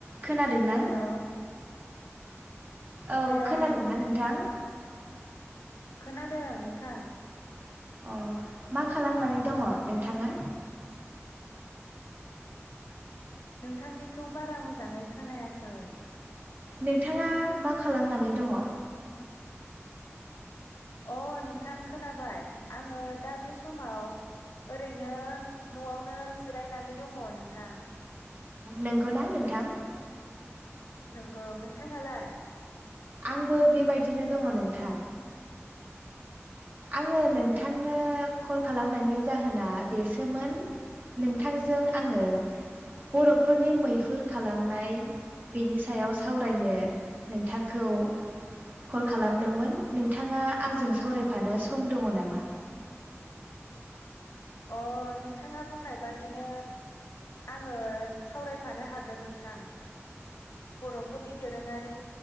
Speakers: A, on the right; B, on the left.
A: खोनादोंना
B: हेलौ।
A: औ
B: हेलौ
A: खोनादोंना नोंथां?
B: खोनादों नोंथां।
A: अ' मा खालामनानै दङ नोंथाङा?
B: नोंथांनिखौ बारा मोजाङै खोनायाखै
A: नोंथाङा मा खालामनानै दङ?
B: अ' नोंथां खोनाबाय आङो दा बे समाव ओरैनो न'आवनो जिरायनानै दङ नोंथां।
A: नंगौना नोंथां
B: नंगौ नोंथाङालाय?
A: आंबो बेबायदिनो दङ नोंथां। आङो
B: अ
A: नोंथांनो कल खालामनायनि जाहोना बेसोमोन नोंथांजों आङो बर'फोरनि मैहुर खालामनाय बेनि सायाव सावरायनो नोंथांखौ कल खालामदोंमोन नोंथाङा आंजों सावराय फानो सम दङ नामा?
B: अ' नोंथाङा बुंनाय बादिनो आङो सावरायफानो हागोन नोंथां बर'फोरनि दोरोङारि